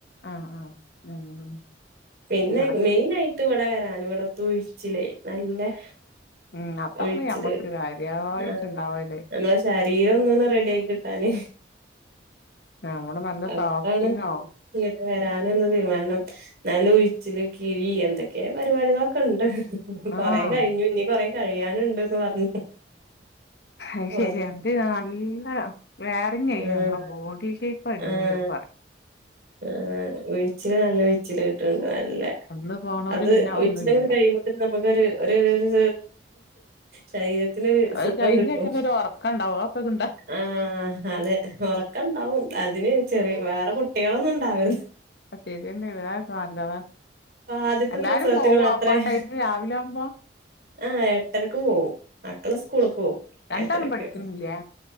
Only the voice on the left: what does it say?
ആഹ് ആഹ് <unintelligible>
ഇവിടൊക്കെ
ഉം അതാണ്
ഞമ്മക്ക് കാര്യായിട്ട്
ണ്ടാവല്.
ആഹ്.. നമ്മള് നല്ല
സോഫ്റ്റിങ് ആവും
ആഹ്
അയ്ശരി
അത്‌ നല്ല വേറിങ്ങയ്യു
നമ്മളെ ബോഡി ഷേപ്പ് ഇപ്പടിപൊളിയാ
<unintelligible>
അന്ന് പോണോര്
പിന്നെ അതൊന്നും
ഇല്ലല്ലോ
അത്
കഴിഞ്ഞക്കന്നെ
ഒരു ഒറക്കം ഉണ്ടാവും അതൊക്കെ ഇണ്ടാ
ശരിയന്നെയാണ് അതൊക്കെ നല്ലതാ
എല്ലാരും
പോവോ
അപ്പൊ ആ ടൈമില് രാവിലെ ആവുമ്പോ
രണ്ടാളും
പഠിക്കുന്നില്ലേ